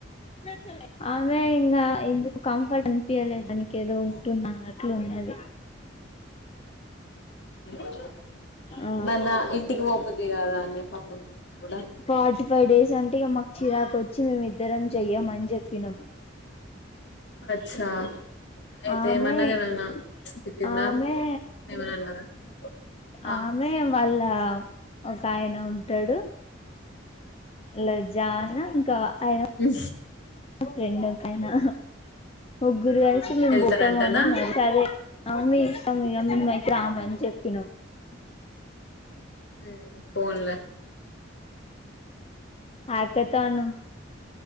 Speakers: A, on the left; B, on the left.
A: సర్లే ఇంకా ఎందుకు కంఫర్ట్ అనిపియల దానికి ఏదో ఉంటున్న అన్నట్లు ఉన్నది
B: <inaudible>
A: ఆ
B: మన ఇంటికి పోబుద్ధి కాదా నె పాపం కూడా
A: ఫార్టీ ఫైవ్ డేస్ అంటే ఇగ మాకు చిరాకు వచ్చి మేమిద్దరం చెయ్యమని చెప్పినాము
B: అ <unintelligible> అచ్చా అయితే
A: ఆమె
B: ఏమన్నది ఏమన్నా తిట్టిందా
A: ఆమె
B: ఏమనా అన్నదా ఆ
A: ఆమె వాల్లా ఒక ఆయన ఉంటాడు లె జా ఇంకా ఆయన
B: ఇ
A: ఫ్రెండ్ కయ్ నా ముగ్గురు
B: ఆ
A: కలిసి మేము
B: వెళ్తారంటనా
A: పోతాము అని అన్నది సరే ఆ మీ ఇస్తాం ఇక మేము అయితే రాము అని చెప్పినాం
B: ఉం ఫోన్ల
A: ఆకతనం